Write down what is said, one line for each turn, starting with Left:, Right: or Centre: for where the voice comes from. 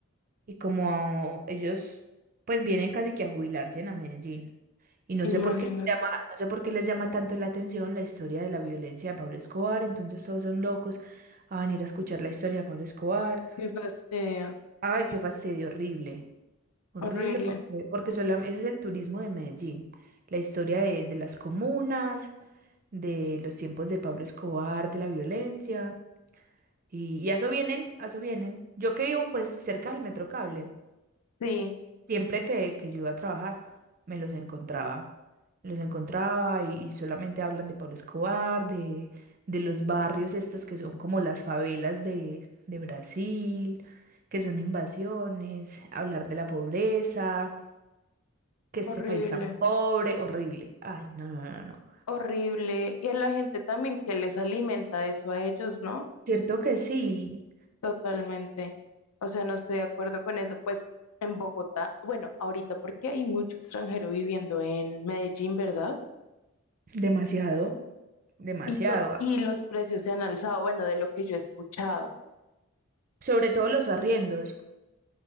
Right: y como ellos pues vienen casi que a jubilarse en a Medellín. Y no sé
Left: Imagínate,
Right: por qué les llama, no sé por qué les llama tanto la atención la historia de la violencia de Pablo Escobar, entonces todos son locos a venir a escuchar la historia de Pablo Escobar.
Left: qué fastidio,
Right: Ay, qué fastidio horrible. Horrible
Left: horrible.
Right: porque, porque solam- ese es el turismo de Medellín, la historia de, de las comunas, de los tiempos de Pablo Escobar, de la violencia, y, y a eso vienen, a eso vienen. Yo que vivo pues cerca del Metrocable,
Left: Sí,
Right: siempre que, que yo iba a trabajar, me los encontraba, me los encontraba y, y solamente hablan de Pablo Escobar, de, de los barrios estos que son como las favelas de, de Brasil, que son invasiones, hablar de la pobreza que este
Left: horrible,
Right: país tan pobre, horrible. Ay, no, no, no, no.
Left: horrible. Y a la gente también que les alimenta eso a ellos, ¿no?
Right: Cierto que sí,
Left: Totalmente. O sea, no estoy de acuerdo con eso. Pues en Bogotá, bueno, ahorita porque hay mucho extranjero viviendo en Medellín, ¿verdad?
Right: demasiado, demasiado.
Left: Y, to-
Right: ah.
Left: y los precios se han alzado, bueno, de lo que yo he escuchado.
Right: Sobre todo los arriendos.